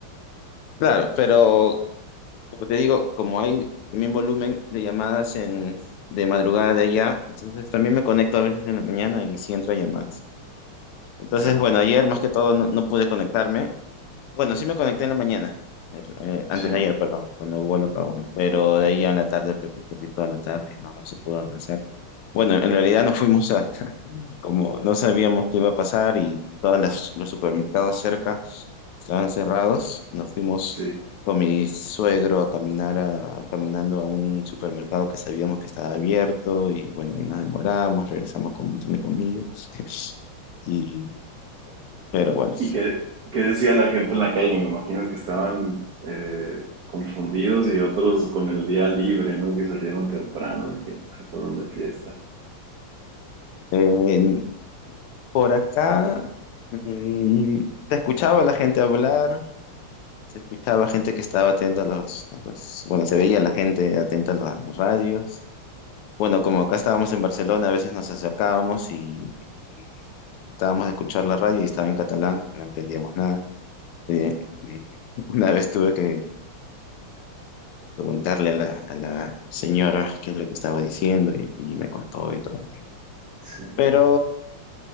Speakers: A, on the left; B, on the right.
A: Claro, pero como te digo, como hay el mismo volumen de llamadas en, de madrugada de allá, entonces también me conecto a veces en la mañana y sí entro a llamadas. Entonces,
B: Ah,
A: bueno,
B: perfecto.
A: ayer más que todo no, no pude conectarme. Bueno, sí me conecté en la mañana, eh, eh, antes
B: Sí,
A: de ayer, perdón, cuando hubo el apagón, pero de ahí a la tarde perdí, perdí toda la tarde, no, no se pudo avanzar. Bueno, en realidad nos fuimos a, <laughs> como no sabíamos qué iba a pasar y todos las- los supermercados cerca estaban cerrados, nos fuimos
B: sí.
A: con mi suegro a caminar a, caminando a un supermercado que sabíamos que estaba abierto y bueno, ahí nos demoramos, regresamos con un montón de comida. <laughs> Y, pero bueno,
B: ¿Y qué, qué decía la gente en la calle? Me imagino que estaban eh, confundidos y otros con el día libre, ¿no? Que salieron temprano y que se fueron de fiesta.
A: en- por acá mm, te escuchaba la gente hablar, Se escuchaba gente que estaba atenta a los, a los- bueno, se veía la gente atenta a la- a las radios. Bueno, como acá estábamos en Barcelona, a veces nos acercábamos y, y tratábamos de escuchar la radio y estaba en catalán, no entendíamos nada. Eh, eh, una vez tuve que preguntarle a la, a la señora qué es lo que estaba diciendo y, y me contó y todo.
B: Sí,
A: Pero